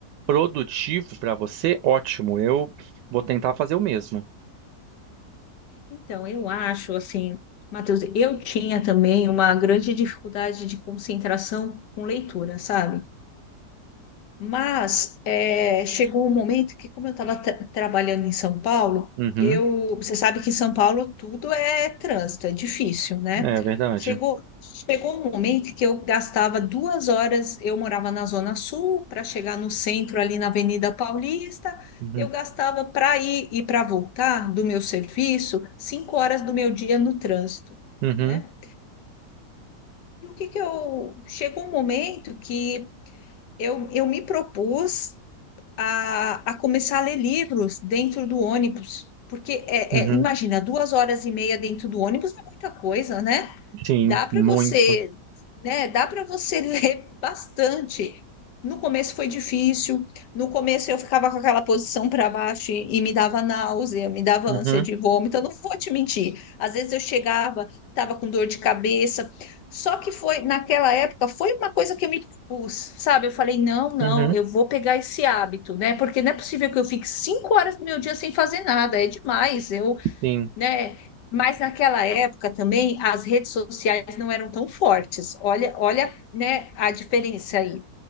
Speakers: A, on the right (about 85°); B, on the left (about 80°).
A: produtivo para você, ótimo. Eu vou tentar fazer o mesmo.
B: Então, eu acho assim, Matheus, eu tinha também uma grande dificuldade de concentração com leitura, sabe? Mas é, chegou um momento que, como eu estava trabalhando em São Paulo,
A: Uhum,
B: eu, você sabe que em São Paulo tudo é trânsito, é difícil, né?
A: é verdade.
B: Chegou, chegou um momento que eu gastava duas horas, eu morava na Zona Sul, para chegar no centro, ali na Avenida Paulista,
A: Uhum,
B: eu gastava para ir e para voltar do meu serviço cinco horas do meu dia no trânsito,
A: uhum.
B: né? E o que que eu... Chegou um momento que eu, eu me propus a, a começar a ler livros dentro do ônibus. Porque, é,
A: Uhum,
B: é, imagina, duas horas e meia dentro do ônibus é muita coisa, né?
A: sim,
B: Dá para
A: muito.
B: você, né? Dá para você <laughs> ler bastante. No começo foi difícil. No começo eu ficava com aquela posição para baixo e, e me dava náusea, me dava
A: Uhum,
B: ânsia de vômito. Eu não vou te mentir. Às vezes eu chegava, estava com dor de cabeça. Só que foi naquela época foi uma coisa que eu me pus, sabe? Eu falei não, não,
A: uhum,
B: eu vou pegar esse hábito, né? Porque não é possível que eu fique cinco horas do meu dia sem fazer nada. É demais. Eu
A: sim.
B: né? Mas naquela época também as redes sociais não eram tão fortes. Olha, olha, né, a diferença aí.